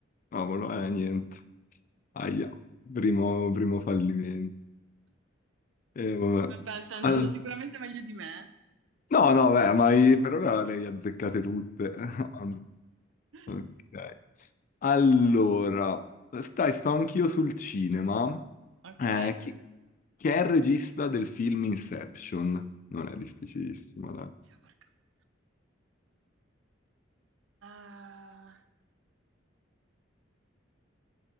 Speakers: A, on the left; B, on the right.
A: Cavolo, eh, niente. Aia, primo, primo fallimento. Eh, vabbè.
B: Vabbè, stai andando
A: Al-
B: sicuramente meglio di me.
A: No, no, beh, ma i- per ora le hai azzeccate tutte. <laughs>
B: <laughs>
A: Ok. Allora, stai, sto anch'io sul cinema.
B: Ok?
A: Eh, chi, chi è il regista del film Inception? Non è difficilissimo, dai.
B: Cioè, porca puttana. Ah,